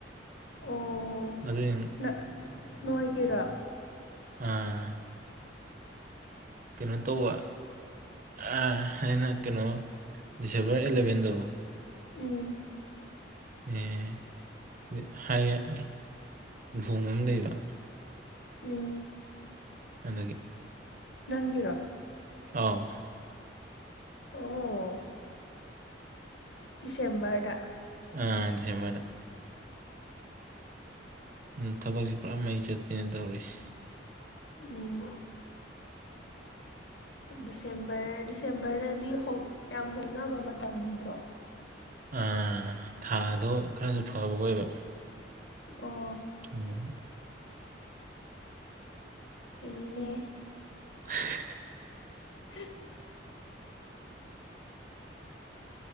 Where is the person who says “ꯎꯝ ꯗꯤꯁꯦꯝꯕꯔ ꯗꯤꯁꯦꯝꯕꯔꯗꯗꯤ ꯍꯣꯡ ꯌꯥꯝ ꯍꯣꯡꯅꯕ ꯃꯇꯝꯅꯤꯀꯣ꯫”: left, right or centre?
Left